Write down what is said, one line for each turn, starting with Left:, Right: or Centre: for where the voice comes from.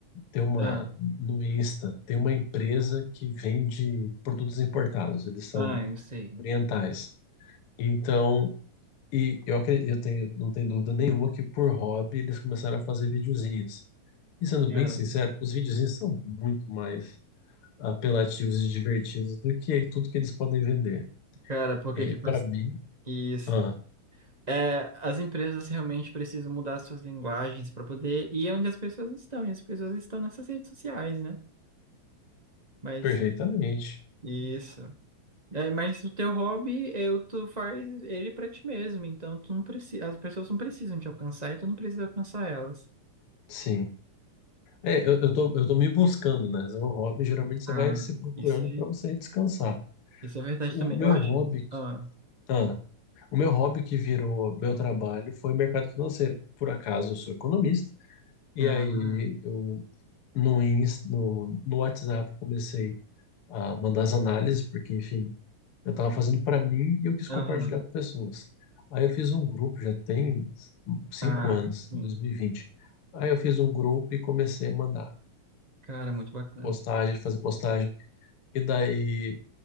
Left: tem uma,
Right: Ah,
Left: no Insta, tem uma empresa que vende produtos importados, eles são
Right: ah, eu sei.
Left: orientais. Então, e eu acredito, eu tenho, não tenho dúvida nenhuma que por hobby eles começaram a fazer videozinhos. E sendo
Right: Cara,
Left: bem sincero, os videozinhos são muito mais apelativos e divertidos do que tudo que eles podem vender.
Right: cara, porque
Left: E
Right: tipo
Left: para
Right: assim,
Left: mim,
Right: isso.
Left: ah,
Right: É, as empresas realmente precisam mudar suas linguagens para poder ir onde as pessoas estão, e as pessoas estão nessas redes sociais, né? Mas
Left: perfeitamente.
Right: isso. É, mas o teu hobby, é, o- tu faz ele pra ti mesmo, então tu não precisa, as pessoas não precisam te alcançar e tu não precisa alcançar elas.
Left: Sim. É, eu, eu tô, eu tô me buscando, né? O hobby, geralmente você
Right: Ah,
Left: vai se procurando
Right: isso, aí-
Left: para você descansar.
Right: isso é verdade
Left: O
Right: também.
Left: meu
Right: Eu acho.
Left: hobby, que-
Right: Ah,
Left: ah, o meu hobby que virou meu trabalho foi mercado financeiro. Por acaso, eu sou economista. E
Right: ah,
Left: aí, eu no, Insta, no, no WhatsApp, eu comecei a mandar as análises, porque, enfim, Eu estava fazendo para mim e eu quis
Right: aham,
Left: compartilhar com pessoas. Aí eu fiz um grupo, já tem cinco
Right: ah,
Left: anos,
Right: sim.
Left: 2020. Aí eu fiz um grupo e comecei a mandar
Right: Cara, muito bacana.
Left: postagem, fazer postagem. E daí